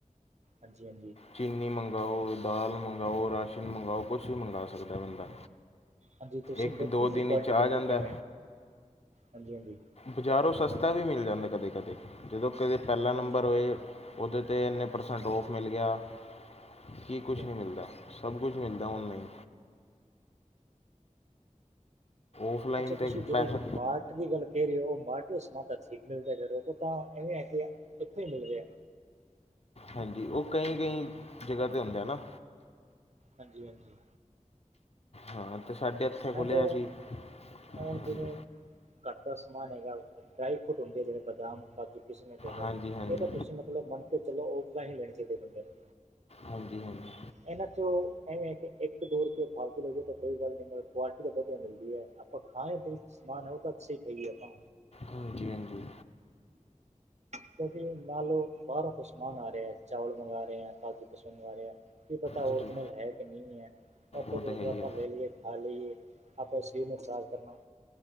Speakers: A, on the right; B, on the left.
A: ਹਾਂਜੀ- ਹਾਂਜੀ।
B: ਚੀਨੀ ਮੰਗਾਵਾਓ, ਦਾਲ ਮੰਗਾਵਾਓ, ਰਾਸ਼ਨ ਮੰਗਾਵਾਓ ਕੁਛ ਵੀ ਮੰਗਾਵਾ ਸਕਦਾ ਬੰਦਾ
A: ਹਾਂਜੀ ਤੁਸੀਂ
B: ਇੱਕ
A: ਵੇਖੀ
B: ਦੋ ਦਿਨ
A: ਸੀ ਕੁਆਲਿਟੀ
B: ਚ ਆ
A: ਕੁਆਲਿਟੀ
B: ਜਾਂਦਾ
A: ਕਿਵੇਂ ਹੈ ਹਾਂਜੀ ਹਾਂਜੀ
B: ਬਜ਼ਾਰੋਂ ਸਸਤਾ ਵੀ ਮਿਲ ਜਾਂਦਾ ਕਦੇ -ਕਦੇ ਜਦੋਂ ਕਦੇ ਪਹਿਲਾ
A: ਹਾਂਜੀ
B: ਨੰਬਰ
A: ਹਾਂਜੀ
B: ਹੋਏ। ਉਹਦੇ 'ਤੇ ਇੰਨੇ ਪ੍ਰਸੈਂਟ ਔਫ ਮਿਲ ਗਿਆ, ਕੀ
A: ਹਾਂਜੀ
B: ਕੁਛ
A: ਹਾਂਜੀ
B: ਨਹੀਂ ਮਿਲਦਾ ਸਭ ਕੁਛ ਮਿਲਦਾ ਔਨਲਾਈਨ ਔਫਲਾਈਨ
A: ਅੱਛਾ,
B: ਤੇ
A: ਤੁਸੀਂ ਜਿਹੜੀ
B: ਪੈਸਾ
A: ਮਾਰ ਦੀ ਗੱਲ ਕਹਿ ਰਹੇ ਹੋ ਉਹ ਮਾਰਟ ਦਾ ਸਮਾਨ ਤਾਂ ਠੀਕ ਮਿਲਦਾ ਫਿਰ ਉਹ ਤਾਂ ਇਵੇਂ ਹੈ ਕਿ ਇੱਥੋਂ ਹੀ ਮਿਲ ਜਾ
B: ਹਾਂਜੀ, ਉਹ ਕਈ- ਕਈ ਜਗ੍ਹਾ ਤੇ ਹੁੰਦੇ ਨਾ।
A: ਹਾਂਜੀ- ਹਾਂਜੀ।
B: ਹਾਂ, ਤੇ ਸਾਡੇ ਇਥੇ
A: ਮੈਂ
B: ਖੁੱਲਿਆ
A: ਤਾਂ
B: ਸੀ
A: ਹੁਣ
B: ਹਾਂਜੀ
A: ਜਿਵੇਂ ਘਰਦਾ ਸਮਾਨ ਹੈਗਾ ਡਰਾਈ ਫਰੂਟ ਹੁੰਦੇ ਜਿਵੇੇ ਬਦਾਮ, ਕਾਜੂ ਕਿਸੇਂ ਦੇ
B: ਹਾਂਜੀ ਹਾਂਜੀ
A: ਇਹ ਤਾਂ ਤੁਸੀਂ ਮਤਲਬ ਮੰਨ ਕੇ ਚਲੋ ਉਫਲਾਈਨ ਹੀ ਲੈਣੇ ਚਾਹੀਦੇ ਬੰਦੇ ਨੂੰ
B: ਹਾਂਜੀ- ਹਾਂਜੀ।
A: ਇਹਨਾਂ ਚੋਂ ਐਵੇਂ ਕਿ ਇੱਕ ਦੋ ਰੁਪਏ ਫਾਲਤੂ ਲੈ ਜਾਓ ਤਾਂ ਕੋਈ ਗੱਲ ਨਹੀਂ ਮਤਲਬ ਕੁਆਲਟੀ ਤਾਂ ਵਧੀਆ ਮਿਲਦੀ ਹੈ ਖਾਏ ਸ ਸਮਾਨ ਹੈ ਉਹ ਤਾਂ ਅੱਛੇ ਖਾਗੀ ਆਪਾਂ
B: ਹਾਂਜੀ-ਹਾਂਜੀ।
A: ਕਿਉਂਕਿ ਨਾ ਲਓ ਬਾਹਰੋਂ ਕੋ ਸਮਾਨ ਆ ਰਿਹਾ ਚਾਵਲ ਮੰਗਵਾ ਰਹੇ ਆ, ਕਾਜ਼ੂ ਕਿਸਮਿਸ ਮੰਗਵਾ ਰਹੇ ਆ ਕੀ ਪਤਾ ਓਰਜਨਲ
B: ਹਾਂਜੀ
A: ਹੈ ਕਿ ਨਹੀਂ ਹੈ ਆਪ
B: ਉਹ ਤਾਂ ਹੈ ਹੀ
A: ਆਪਾਂ
B: ਹੈ
A: ਲੈ ਲਈਏ ਖਾ ਲਈਏ ਆਪਾਂ ਸਰੀਰ ਨੂੰ ਖ਼ਰਾਬ ਕਰਨਾ